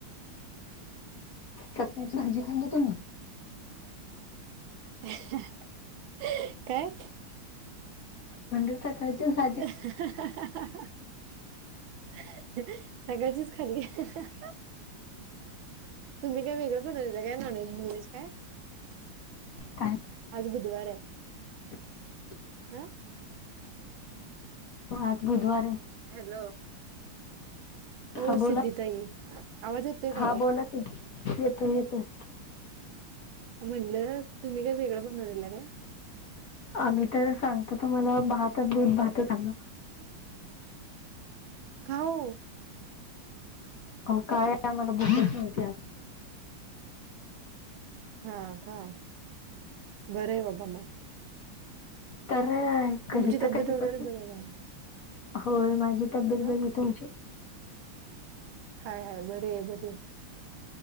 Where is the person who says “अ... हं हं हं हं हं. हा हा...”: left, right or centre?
Right